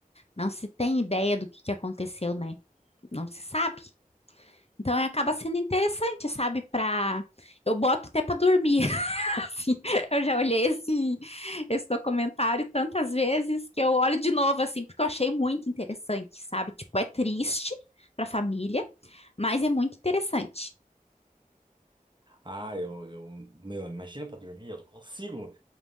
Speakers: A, on the left; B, on the right.
A: não se tem ideia do que que aconteceu, né? Não se sabe. Então, é, acaba sendo interessante, sabe? Pra... Eu boto até pra dormir, <laughs> assim. Eu já olhei esse, esse documentário tantas vezes que eu olho de novo, assim, porque eu achei muito interessante, sabe? Tipo, é triste pra família, mas é muito interessante.
B: ah, eu, eu, meu, imagina pra dormir, eu não consigo.